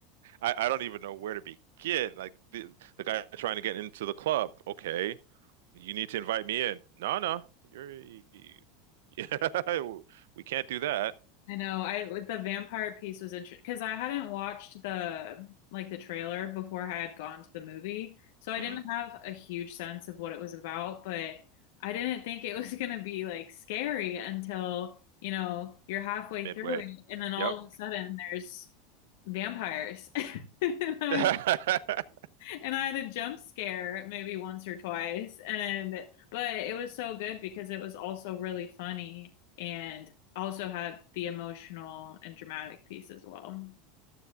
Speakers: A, on the right; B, on the left.
A: I, I don't even know where to begin. Like the the guy trying to get into the club, okay. You need to invite me in. No, no, you're you- <laughs> yeah, we can't do that.
B: I know. I with the vampire piece was interesting because I hadn't watched the like the trailer before I had gone to the movie, so I
A: hmm
B: didn't have a huge sense of what it was about. But I didn't think it <laughs> was gonna be like scary until you know you're halfway
A: Midway.
B: through it, and then all
A: Yep.
B: of a sudden there's vampires. <laughs> And
A: <laughs>
B: I
A: 100%.
B: was and I had a jump scare maybe once or twice. And but it was so good because it was also really funny and also had the emotional and dramatic piece as well.